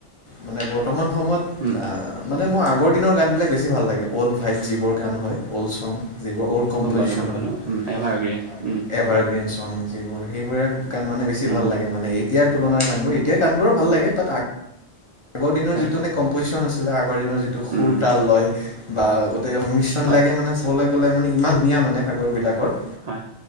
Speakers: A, on the left; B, on the right.
A: মানে বৰ্তমান সময়ত
B: উম
A: আঁ- মানে মই আগৰ দিনৰ গানবিলাক বেছি ভাল লাগে, অওল ভাইভ যিবোৰ গান হয় অ'ল্ড চং যিবোৰ অল্ড- কম্প'জিচন
B: গম পালো গম
A: হয়
B: পালো
A: ন
B: উম এভাৰগ্ৰীণ উম
A: এভাৰগ্ৰীণ
B: হয়
A: ছং যিবোৰ সেইবোৰে- গান মানে বেছি
B: উম
A: ভাল লাগে মানে এতিয়াৰ তুলনাৰ গানবোৰ এতিয়াৰ গানবোৰো ভাল লাগে বাট আ- আগৰ দিনৰ
B: হয়
A: যিটো মানে কম্পজিশন আছিলে, আগৰ দিনৰ যিটো সুৰতাল
B: উম
A: লয়- বা গোটেই সংমিশ্ৰণ
B: হয়
A: বিলাকে মানে চাবলে গ'লে মানে ইমান ধুনীয়া মানে সাগৰ বিলাকৰ।
B: হয়